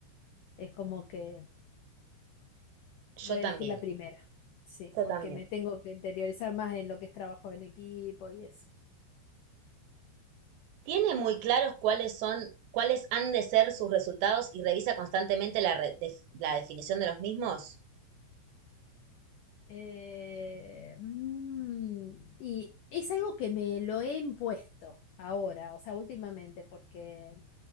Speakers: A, on the left (about 85°); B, on the right (about 70°).
A: Es como que
B: Yo
A: Voy a
B: también.
A: elegir la primera, sí,
B: Yo
A: porque
B: también.
A: me tengo que interiorizar más en lo que es trabajo en equipo y eso.
B: ¿Tiene muy claros cuáles son, cuáles han de ser sus resultados y revisa constantemente la, re- def- la definición de los mismos?
A: Eh, mm, y es algo que me lo he impuesto ahora, o sea, últimamente, porque